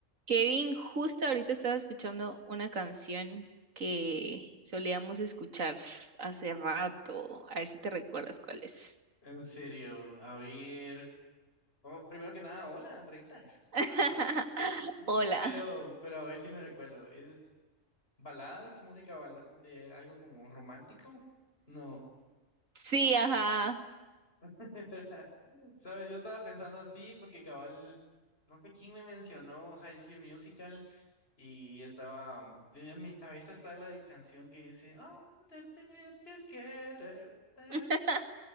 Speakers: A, on the right; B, on the left.
A: Kevin, justo ahorita estaba escuchando una canción que solíamos escuchar hace rato. A ver si te recuerdas cuál es.
B: En serio, a ver. oh, primero que nada, hola, Andreita.
A: <laughs>
B: Mm,
A: Hola.
B: Pero, pero a ver si me recuerdo. ¿Es baladas, música bala- de algo como romántico? No.
A: Sí, ajá.
B: <laughs> Sabes, yo estaba pensando en ti porque cabal, no sé quién me mencionó High School Musical y estaba, mm, en mi cabeza está la de canción que dice, Oh, the two together. that-".
A: <laughs>